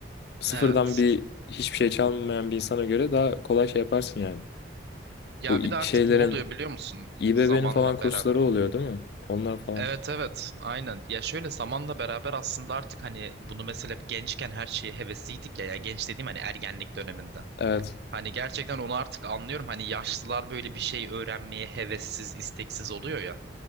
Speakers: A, on the left (about 60°); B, on the right (about 65°).
A: sıfırdan
B: Evet.
A: bir hiçbir şey çalmayan bir insana göre daha kolay şey yaparsın yani.
B: Ya
A: Bu i-
B: bir de artık
A: şeylerin
B: ne oluyor biliyor musun?
A: İBB'nin
B: Zamanla
A: falan kursları
B: beraber.
A: oluyor değil mi? Onlar falan.
B: Evet evet aynen. Ya şöyle zamanla beraber aslında artık hani bunu mesela hep gençken her şeye hevesliydik ya. Ya genç dediğim hani ergenlik döneminde.
A: Evet.
B: Hani gerçekten onu artık anlıyorum. Hani yaşlılar böyle bir şey öğrenmeye hevessiz, isteksiz oluyor ya.